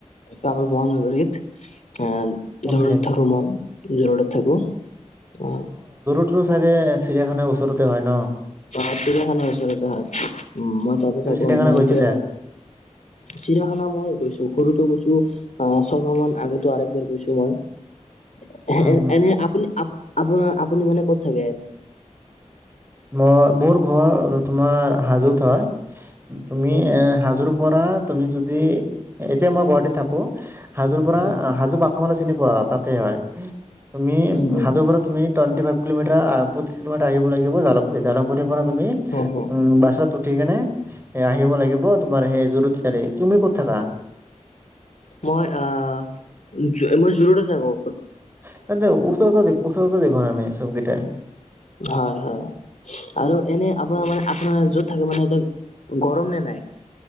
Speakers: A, on the left (about 70°); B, on the right (about 20°).
A: কামৰূপ মহানগৰিত। অ'
B: কোনখিনিত?
A: জুৰোডত থাকো মই জুৰোডত থাকো অ'।
B: <unintelligible> চাইদে চিৰিয়াখানা ওচৰতে হয় ন।
A: পখানৰ ওচৰতে উ মই তাতে
B: তুমি
A: থাকো
B: চিৰিয়াখানা
A: মই
B: গৈছিলা?
A: এতিয়া চিৰাখানা মই গৈছো সৰুটো গৈছো। আহ ছয়মাহান আগতো আৰু একবাৰ গৈছো মই
B: উম, হুম।
A: এনে আপুনি আপোনাৰ আপুনি মান ক'ত থাকে
B: মই মোৰ ঘৰ তোমাৰ হাজোত হয় তুমি
A: উম,
B: এ হাজোৰ পৰা তুমি যদি এতিয়া মই গুৱাহাটীত থাকো হাজোৰ পৰা
A: উম।
B: হাজো <unintelligible> চিনি পোৱা তাতে হয় তুমি
A: উম,
B: হাজোৰ পৰা তুমি ুৱ ফাইভ কোমিাৰ কিলোমিটাৰ আহিব লাগিব জালুকুী জালুকু পৰা তুমিম
A: হয়, হয়।
B: বাছ ঠিকেনে এ আহিব লাগিব তোমাৰ সেই জৰুত কালি তুমি ক'ত থাকা
A: মই আহ মই জোৰদত তে ঠাকো।
B: <unintelligible> আমি চবগিতাই।
A: হয়-হয় আৰু এনে আপোনাৰ মানে আপোনাৰ যত থাকিব মানে গৰম নে নাই?